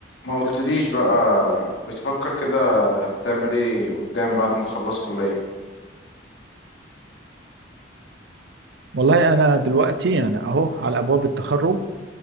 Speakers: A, on the left; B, on the right.
A: ما قلتليش بقى بتفكر كده تعمل ايه قدام بعد ما تخلص كلية
B: والله أنا دلوقتي يعني أهو على أبواب التخرج